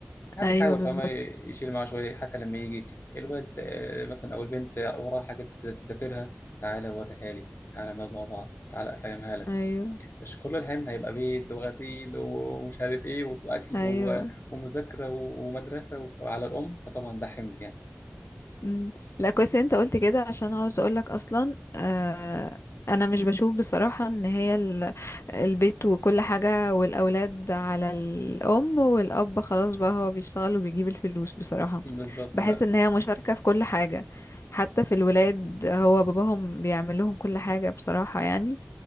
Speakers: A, on the left; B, on the left.
A: ما
B: ايوه
A: بيحاول
B: بالظبط
A: فما يشيل معاه شوية حتى لما يجي الواد آه، مثلا أو البنت وراها حاجة تز- تذاكرها تعالى وريها لي تعالى نقعد مع بعض تعالى أفهمها لك
B: ايوه
A: مش كل الحمل هيبقى بيت وغسيل ومش عارف إيه وأكل
B: ايوه
A: و- ومذاكرة و- ومدرسة على الأم فطبعا ده حمل يعني
B: مم. لا كويس إن انت قلت كده عشان عاوز اقولك اصلا آه انا مش بشوف بصراحة ان هي ال- البيت وكل حاجة والاولاد على الام والاب خلاص بقى هو بيشتغل وبيجيب الفلوس بصراحة
A: بالظبط
B: بحس
A: لا
B: ان هي مشاركة في كل حاجة حتى في الولاد هو باباهم بيعمل لهم كل حاجة بصراحة يعني